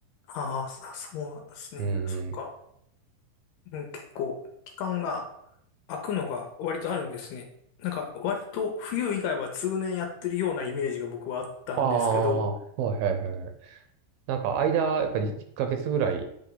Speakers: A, on the left; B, on the right.
A: ああ、そそうなんですね。
B: うん。
A: そっか。うん、結構、期間が空くのが割とあるんですね。なんか、割と冬以外は通年やってるようなイメージが僕はあったんですけど、
B: ああ、はいはいはい。なんか間、やっぱり1ヶ月ぐらい